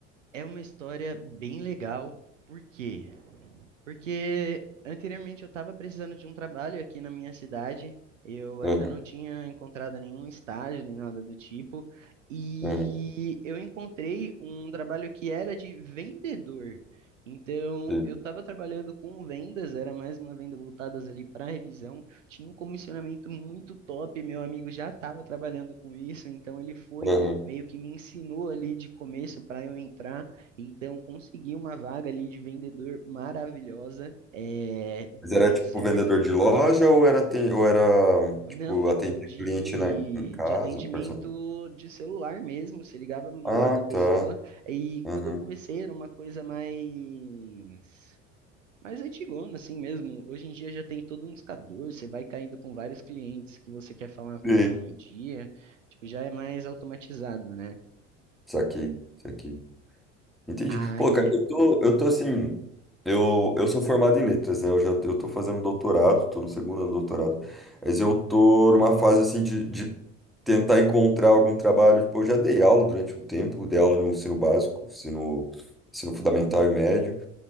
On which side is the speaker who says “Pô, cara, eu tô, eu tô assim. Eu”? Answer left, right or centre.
Centre